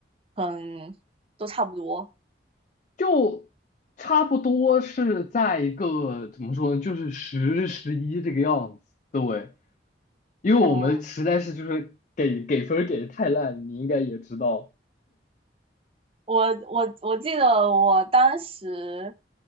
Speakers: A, on the right (about 30°); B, on the left (about 40°).
A: 很都差不多？
B: 就差不多是在一个怎么说呢，就是十十一这个样子。对，因为我们实在是就是给给分儿给的太烂，
A: 嗯，
B: 你应该也知道。
A: 我我我记得我当时，